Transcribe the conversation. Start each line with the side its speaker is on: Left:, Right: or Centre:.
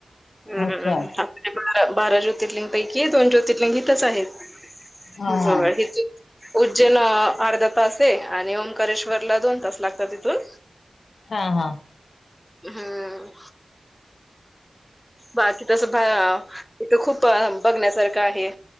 Centre: हम्मम
Left: अच्छा
Centre: बारा ज्योतिर्लिंगपैकी दोन ज्योतिर्लिंग हीतच आहेत
Left: हा
Centre: जवळ
Left: हा
Centre: ह उज्जैन अर्धा तास आहे आणि ओंकारेश्ववरला दोन तास लागतात तिथून.
Left: हा हा.
Centre: हम्म बाकी तस बा इथं खूप बघण्यासारखं आहे.